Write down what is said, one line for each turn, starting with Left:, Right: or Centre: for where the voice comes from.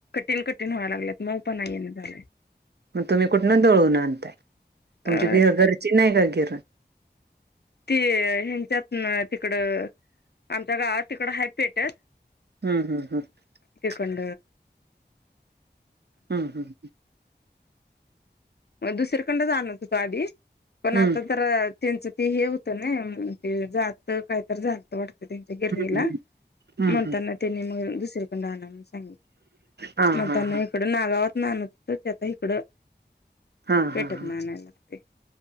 Left: तीन कटठीिण व्हाय लागत मग पण नाही झालंय
Right: मग तुम्ही कुठन दळून आणताय
Left: अ
Right: तुमची घरची नाही का केरळ
Left: ती हच्यात तिकडं आमच्या गावात तिकड हाय पेटत
Right: हम्म हम्म हम्म
Left: किकड
Right: हम्म हम्म ह
Left: मग दुसर्याकंड जाणत हो तो आधी
Right: हम्म
Left: पण आता तर त्यांचं ते हे होतं ना ते जात कायत झालत वाटत त्यांच्या गिरणीला
Right: हम्म हम्म हम्म
Left: म्हणताना
Right: हम्म
Left: त्यांनी मग दुसर्याकंड आणत
Right: हा
Left: म्हणताना
Right: हा हा
Left: इकडं नागावात न होत ते आता इकडं
Right: हा
Left: पेटत
Right: हा हा
Left: नानायला लागते